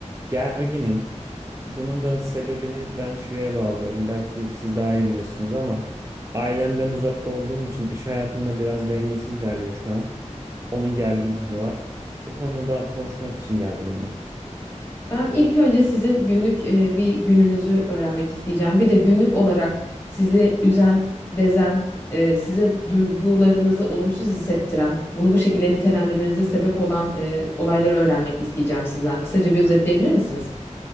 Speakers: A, on the right (about 25°); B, on the left (about 20°).
A: gerginim. Bunun da sebebini ben şeye bağlıyorum. Belki siz daha iyi bilirsiniz ama ailemden uzakta olduğum için iş hayatımda biraz dengesiz ilerliyor şu an. Onun gerginliği var. Bu konuda konuşmak için geldim ben.
B: Ben ilk önce sizin günlük e, bir gününüzü öğrenmek isteyeceğim. Bir de günlük olarak sizi üzen, bezen, e, size duygularınızı olumsuz hissettiren, bunu bu şekilde nitelendirmenize sebep olan e, olayları öğrenmek isteyeceğim sizden. Kısaca bir özetleyebilir misiniz?